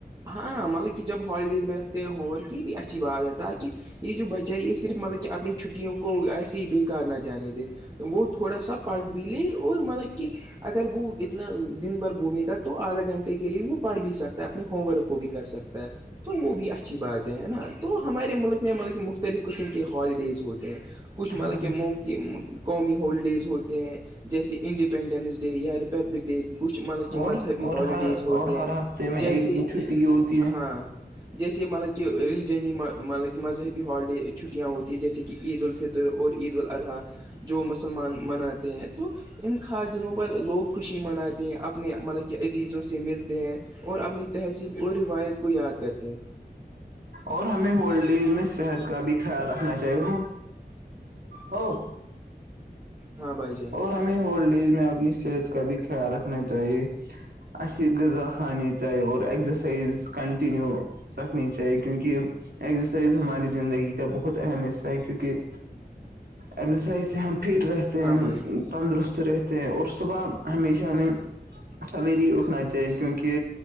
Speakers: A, on the right; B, on the right.
A: ہاں مطلب کہ جب ہالیڈیز میں رکھتے ہو ہوم ورک کی بھی اچھی بات ہے تاکہ یہ جو بچہ ہے یہ صرف مطلب کہ اپنی چھٹیوں کو ایسے ہی بے کار نہ جانے دے وہ تھوڑا سا پڑھ بھی لے اور مطلب کہ اگر وہ اتنا دن بھر گھومے گا تو آدھا گھنٹے کے لیے وہ پڑھ بھی سکتا ہے اپنے ہوم ورک کو بھی کر سکتا ہے تو وہ بھی اچھی بات ہے نا تو ہمارے ملک میں مطلب کہ مختلف قسم کے ہالیڈیز ہوتے ہیں کچھ مطلب
B: ہاں
A: کم کہ قومی ہالیڈیز ہوتے ہیں جیسے انڈیپنڈنس ڈے یا ریپبلک ڈے کچھ مطلب کہ مذہبی
B: اور اور
A: ہالیڈیز
B: ہر
A: ہوتے
B: اور ہر
A: ہیں
B: ہفتے میں
A: جیسے
B: ایک دن چھٹی ہوتی ہے
A: ہاں جیسے مطلب کہ ریلیجنی مطلب کہ مذہبی ہالیڈے چھٹیاں ہوتی ہیں جیسے کہ عید الفطر اور عید الاضحی جو مسلمان مناتے ہیں تو ان خاص دنوں پر لوگ خوشی مناتے ہیں اپنے مطلب کہ عزیزوں سے ملتے ہیں اور اپنی تہذیب اور روایت کو یاد کرتے ہیں
B: اور ہمیں ہول ڈیز میں صحت کا بھی خیال رکھنا چاہیے ہو
A: ہاں بھائی جان
B: اور ہمیں ہولڈ ایج میں اپنی صحت کا بھی خیال رکھنا چاہیے اس غذا خانے چاہیے اور ایگزرسائز کنٹنیو رکھنی چاہیے کیونکہ ایکزرسائز ہماری زندگی کا بہت اہم حصہ ہے کیونکہ ازرسائز سے ہم فٹ رہتے
A: ہاں
B: ہیں
A: بھائی
B: تندرست رہتے ہیں اور صبح ہمیشہ میں سوییر ہی اٹھنا چاہیے کیونکہ